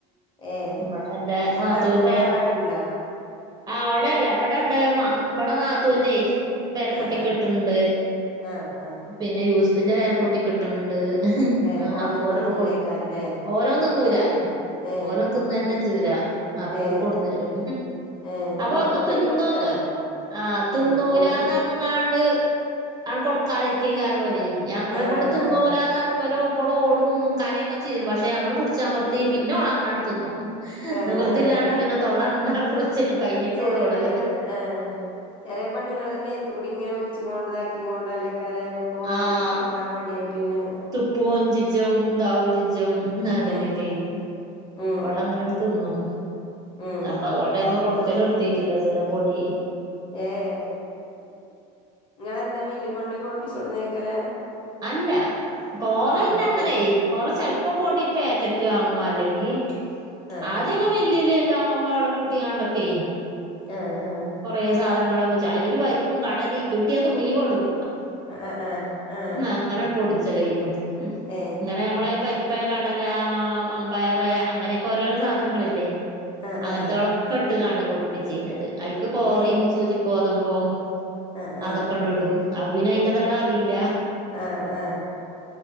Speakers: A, on the left (about 30°); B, on the right (about 20°).
A: ഏ
B: ഇവിടെ ഇന്റെ
A: ഓലെ
B: നാത്തൂന്റെ
A: അടുത്ത് ബാലവാടി ഉണ്ടോ
B: ആഹ് അവ്ടല്ല ഇവിടണ്ട് മാ ഇബടെ നാത്തൂന്റെയ് പേരക്കുട്ടി
A: ആ ആ
B: കെ ഇട്ടുണ്ട്
A: ആ ആ
B: പിന്നെ യൂസഫിന്റെ പേരക്കുട്ടി ണ്ട്
A: ഏ
B: ആഹ്പ്പോലൊക്കെ
A: ഓലും തിന്നൂലേക്കാരല്ലേ
B: കൊടു ഓലോ തിന്നൂല
A: ഏ
B: ഓലം തിന്നന്നെജൂല ആപ്പോഓല്
A: ഏ
B: കൊടുന്നേരും
A: ഏ
B: അപ്പൊ
A: ഇവിടെ
B: ഒന്നും
A: കുട്ടികൾക്കും
B: തിന്നന്ന
A: ഇഷ്ടാ
B: ആഹ് തിന്നൂലാന്നർ
A: ഉം ഓല് തിന്നും
B: ആണ്ട് കൊടുക്കാതിരിക്കേകാരം ഓലെ ഞങ്ങള്
A: ആ
B: ബ്ള്
A: ആ
B: ഇബളോടും കാര്യൊക്കെ ചെയ്യും പക്ഷെ ഞങ്ങൾ പുടിച്ചമർത്തി പിന്നെ ഓളാ ങ്ങ തിന്നും
A: ആ
B: നിവർത്തില്ലാ
A: ആ
B: പിന്നെ തൊള്ള അങ്ങനെ പൊളിച്ചരും കഴിഞ്ഞിട്ടൊള്ളു
A: ചില
B: ഓള്
A: പെണ്ണ്ങ്ങൾ ഏ ചില പെണ്ങ്ങളുടെ മേത്തുകൂടി ഇങ്ങനെ ഒലിച്ച ഇതാക്കി കൊണ്ട അല്ലേക്കാര അപ്പോ
B: ആഹ്
A: കൊടുക്കാൻ മടിയെ ടിന്നെ
B: തുപ്പും ചിജും ദാവും ചിജും അങ്ങനെയൊക്കെ
A: ഉം
B: ഇബള
A: ഉം
B: അങ്ങനെ തിന്നും
A: ഉം
B: അപ്പൊ അതുകൊണ്ട് ഞങ്ങള് കൊടുക്കല നിർത്തീട്ടില്ല ത് വേരെ പൊടി
A: ഏഹ് നിങ്ങളെന്താ മില്ലിക്കൊണ്ട് പൊടിപ്പിച്ചോടന്ന്ക്കല
B: അല്ല കൊറ പിന്നെ
A: അരക്കല്
B: അങ്ങനെ കൊറ ചെൽ പ്പൊ പൊടി പാക്കറ്റ് വാങ്ങും അല്ലെങ്കിൽ
A: ആ
B: ആദ്യം
A: ആ
B: വല്യല്യാ എല്ലാവുമ്പോ അട് പൂട്ടിയാണ്ടൊക്കെയ്
A: ആഹ് ആഹ്
B: കുറെ സാധനങ്ങൾ അയിലെ പരിപ്പും കടലിം കിട്ടിയത് മുഴുവടും
A: ആ ആ ആ
B: അങ്ങനെയാണ് പൊടിച്ചലേനു
A: ഏ
B: ഇങ്ങനെ നമ്മള ഈ പരി പ്പ് കടല അമ്പയർ അങ്ങനെയൊക്കെ ഓരോരോ സാധനങ്ങളല്ലേ
A: ആ
B: അങ്ങനത്തോളെ
A: ആ
B: കട്ട്കാണ്ട പൊടിപ്പിച്ചീനത് അയ്ക്ക് കോറയും
A: ഏ
B: ശുചിക്കോതമ്പോം
A: ആ ആ
B: അതൊക്കെണ്ട ഇടും അപ്പ പിന്നെ അയിന്റതാള അറിയില്ല
A: ആഹ് ആഹ്